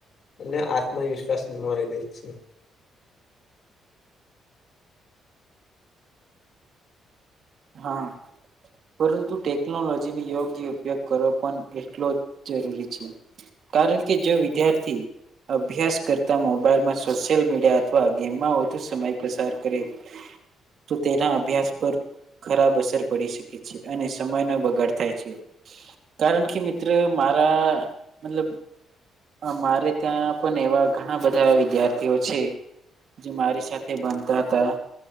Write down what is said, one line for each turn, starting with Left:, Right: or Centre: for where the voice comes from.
Left: અને આત્મવિશ્વાસ ગુમાવી દે છે
Right: હા પરંતુ ટેકનોલોજીની યોગ્ય ઉપયોગ કરવો પણ એટલોજ જરૂરી છે કારણ કે જો વિદ્યાર્થી અભ્યાસ કરતા મોબાઈલમાં સોશિયલ મીડિયા અથવા ગેમમાં વધુ સમય પસાર કરે તો તેના અભ્યાસ પર ખરાબ અસર પડી શકે છે અને સમય નો બગાડ થાય છે કારણ કે મિત્ર મારા મતલબ અ મારે ત્યાં પણ એવા ઘણા બધા વિદ્યાર્થીઓ છે. જે મારી સાથે ભણતા હતા